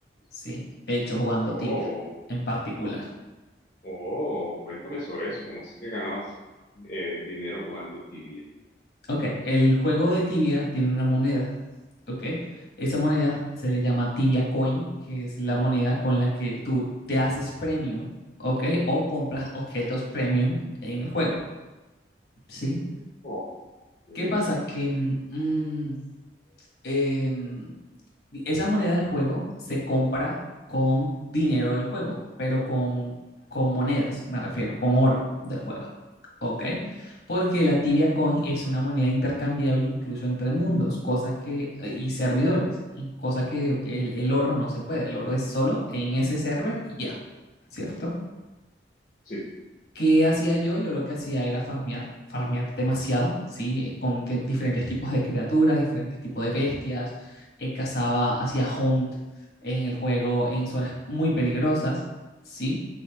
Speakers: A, on the left; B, on the left.
A: ¿sí? De hecho, jugando
B: Oh,
A: tibia en particular.
B: oh, cuéntame sobre eso. ¿Cómo es que ganabas eh, dinero jugando tibia?
A: Ok, el juego de tibia tiene una moneda, ¿ok? Esa moneda se le llama tibia coin, que es la moneda con la que tú te haces premium, ¿ok? O compras objetos premium en el juego, ¿sí?
B: Oh, sí.
A: ¿Qué pasa? Que... mm, eh, esa moneda del juego se compra con dinero del juego, pero con, con monedas, me refiero, con oro del juego. ¿Ok? Porque la Tibia Coin es una moneda intercambiable incluso entre mundos, cosa que, eh, y servidores, cosa que el, el oro no se puede. El oro es solo en ese server y ya, ¿cierto?
B: Sí.
A: ¿Qué hacía yo? Yo lo que hacía era farmear, farmear demasiado, ¿sí? Con de- diferentes tipos de criaturas, diferentes tipos de bestias. eh, cazaba, hacía hunt en el juego en zonas muy peligrosas, ¿sí?